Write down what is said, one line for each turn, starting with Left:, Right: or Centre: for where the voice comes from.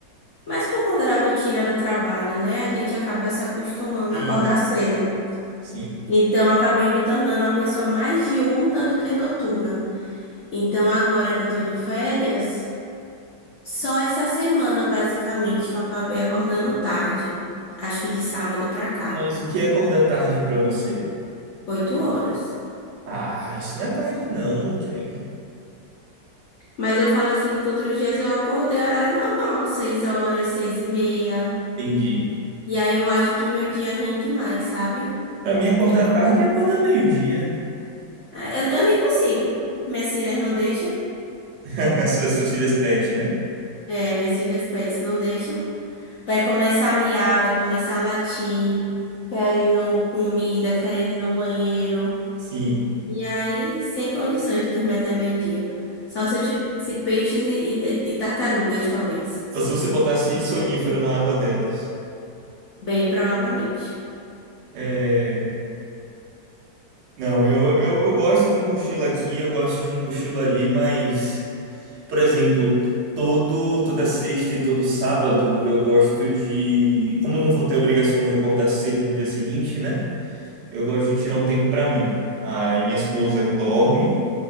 Left: Mas por conta da rotina do trabalho, né? A gente acaba se acostumando
Right: Sim.
Left: a acordar cedo.
Right: Sim.
Left: Então, eu acabei me tornando uma pessoa mais diurna do que noturna. Então, agora que eu tô de férias, Só essa semana, basicamente, que eu acabei acordando tarde. Acho que de sábado pra cá,
Right: Mas o que é acordar tarde pra você?
Left: oito horas.
Right: Ah, isso não é tarde não, Kelly.
Left: Mas eu falo assim, os outros dias eu acordei horário normal, seis horas, seis e meia.
Right: Entendi.
Left: E aí eu acho que meu dia rende mais, sabe?
Right: Pra mim, acordar
Left: Eu,
Right: tarde é acordar meio-dia.
Left: é, eu, eu nem consigo. Minhas filhas não deixam.
Right: <laughs> As suas, suas filhas pet, né?
Left: É, minhas filhas pets não deixam. Vai começar a miar, vai começar a latir, querendo comida, querendo ir no banheiro.
Right: Sim.
Left: E aí, sem condições de dormir até meio-dia. Só se eu tivesse peixes e, e- e tartarugas, talvez.
Right: Só se você botasse sonífero na água delas.
Left: Bem provavelmente.
Right: É... Não, eu, eu, eu gosto de um cochilo aqui, eu gosto de um cochilo ali, mas... Por exemplo, todo, toda sexta e todo sábado eu gosto de. Como eu não vou ter obrigação de acordar cedo no dia seguinte, né? Eu gosto de tirar um tempo pra mim. Aí minha esposa dorme,